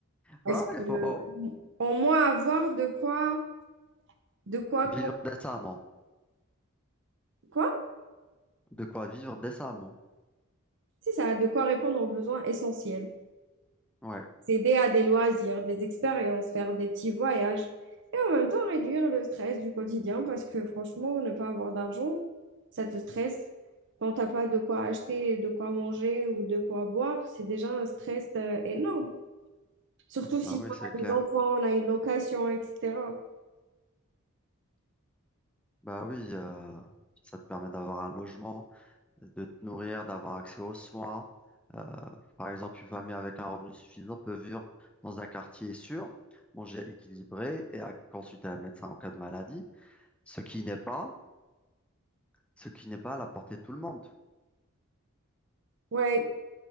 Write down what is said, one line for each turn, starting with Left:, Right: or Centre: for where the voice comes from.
Centre: Ouais,
Right: Est-ce
Centre: il
Right: que
Centre: faut
Right: euh, au moins avoir de quoi, de quoi,
Centre: vivre décemment.
Right: quoi?
Centre: De quoi vivre décemment.
Right: Si ça, a de quoi répondre aux besoins essentiels.
Centre: Ouais,
Right: S'aider à des loisirs, des expériences, faire des petits voyages et en même temps réduire le stress du quotidien parce que franchement, ne pas avoir d'argent, ça te stresse. Quand t'as pas de quoi acheter, de quoi manger ou de quoi boire, c'est déjà un stress euh, énorme. Surtout
Centre: bah
Right: si
Centre: oui,
Right: on
Centre: c'est clair.
Right: a des enfants, on a une location, etc.
Centre: Bah oui, euh, ça te permet d'avoir un logement, de te nourrir, d'avoir accès aux soins. Euh, par exemple, une famille avec un revenu suffisant peut vivre dans un quartier sûr, manger équilibré et à- consulter un médecin en cas de maladie, ce qui n'est pas, ce qui n'est pas à la portée de tout le monde.
Right: Ouais.